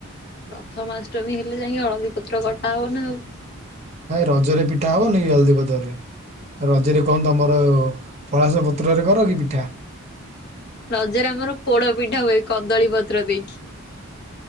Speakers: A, on the left; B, on the right.
A: ପ୍ରଥମାଷ୍ଟମୀ ହେଲେ ଯାଇକି ହଳଦୀ ପତ୍ର କଟାହବନା ଆଉ।
B: ଏ ରଜରେ ପିଠା ହବନି ହଲଦୀ ପତ୍ରରେ ରଜରେ କଣ ତମର ପଳାସ ପତ୍ରରେ କର କି ପିଠା
A: ରଜରେ ଆମର ପୋଡ ପିଠା ହୁଏ କଦଳୀ ପତ୍ର ଦେଇକି